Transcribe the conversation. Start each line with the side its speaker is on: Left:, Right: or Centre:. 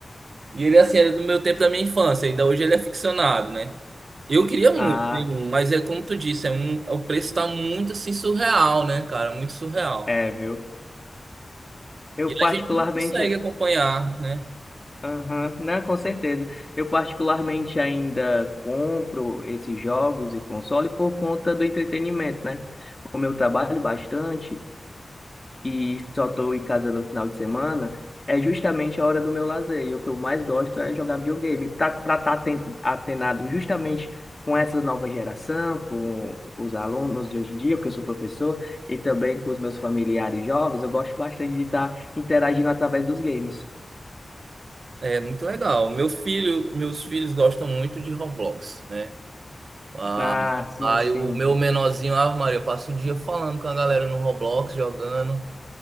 Right: E ele, assim, era do meu tempo da minha infância, ainda hoje ele é ficcionado, né? Eu queria muito
Left: Ah.
Right: ter um, mas é como tu disse, é um, é, o preço tá muito assim surreal, né, cara? Muito surreal.
Left: É, viu? Eu
Right: E
Left: particularmente.
Right: a gente não consegue acompanhar, né?
Left: Aham. Não, com certeza. Eu particularmente ainda compro esses jogos e console por conta do entretenimento, né? Como eu trabalho bastante. e só estou em casa no final de semana, é justamente a hora do meu lazer. E o que eu mais gosto é jogar videogame. Para estar atenado justamente com essa nova geração, com os alunos de hoje em dia, porque eu sou professor, e também com os meus familiares jovens, eu gosto bastante de estar interagindo através dos games.
Right: É muito legal. Meu filho, meus filhos gostam muito de Roblox, né? Ah,
Left: Ah, sim,
Right: aí
Left: sim.
Right: o meu menorzinho, Ave Maria, passa o dia falando com a galera no Roblox, jogando.